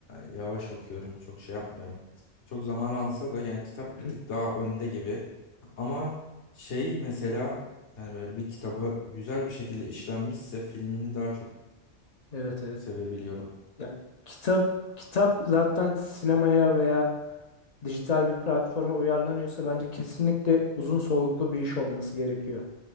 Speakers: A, on the left; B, on the left.
A: yavaş okuyorum. Çok şey yapmıyorum. Çok zaman alsa da yani kitap
B: Hı-hı.
A: bir tık daha önde gibi. Ama şey mesela yani böyle bir kitabı güzel bir şekilde işlenmişse filmini daha çok
B: Evet evet.
A: sevebiliyorum.
B: Ya kitap kitap zaten sinemaya veya dijital bir platforma uyarlanıyorsa bence kesinlikle uzun soluklu bir iş olması gerekiyor.